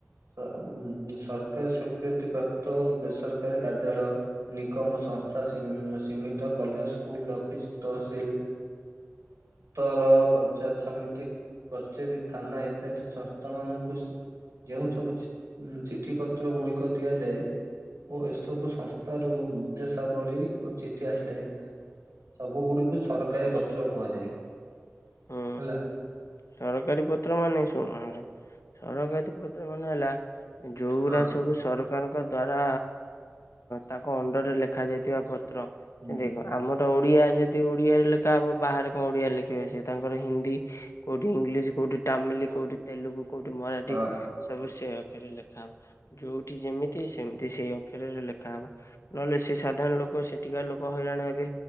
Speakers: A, on the right; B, on the left.
A: ସ ସରକାରୀ ସୀକୃତି ପ୍ରାପ୍ତ ଓ ବେସରକାରୀ କାର୍ଯ୍ୟାଳୟ ନିଗମ ସଂସ୍ଥା ସି ସୀମିତ କଲେଜ ସ୍କୁଲ ଅଫିସ ତହସିଲ ତପ୍ତର୍ ପଞ୍ଚାୟତ ସମିତି କଚେରୀ ଥାନା ଇତ୍ୟାଦି ସଂସ୍ଥା ମାନଙ୍କୁ ଯେଉଁ ସବୁ ଚି ଚିଠି ପତ୍ର ଗୁଡିକ ଦିଆଯାଏ ଓ ଏସବୁ ସଂସ୍ଥ ରୁ ନିର୍ଦ୍ଦେଶାବଳୀ ଓ ଆସିଥାଏ ସବୁ ଗୁଡିକୁ ସର ସରକାରୀ ପତ୍ର କୁହାଯାଏ।
B: ହୁଁ
A: ହେଲା।
B: ସରକାରୀ ପତ୍ର ମାନେ ଶୁଣ ହ ସରକାରୀ ପତ୍ର ମାନେ ହେଲା ଯୋଉଗୁଡା
A: ହଁ
B: ସବୁ ସରକାରଙ୍କ ଙ୍କ ଦ୍ଵାରା ତାଙ୍କ ଅଣ୍ଡରରେ ଲେଖା ଯାଇଥିବା ୍ର
A: ହୁଁ
B: ସେ ଦେଖ ଆମର ଓଡ଼ିଆ ଯଦି ଓଡିଆରେ ଲେଖା ହବ ବାହାରେ କଣ ଓଡିଆ ଲେଖିବେ ସେ ତାଙ୍କର ହିନ୍ଦୀ କୋଉଠି ଇଂଲିଶ କୋଉଠି ତାମିଲ କୋଉଠି ତେଲୁଗୁ କୋଉଠି ମରାଠୀ
A: ହଁ
B: ସବୁ ସେ ଅକ୍ଷରେ ଲେଖା ହବ ଯୋଉଠି ଯେମିତି ସେମିତି ସେଇ ଅକ୍ଷରରେ ଲେଖା ହବ ନହେଲେ ସେ ସାଧାରଣ ଲୋକ ସେଠିକା ଲୋକ ହଇରଣ ଏବେ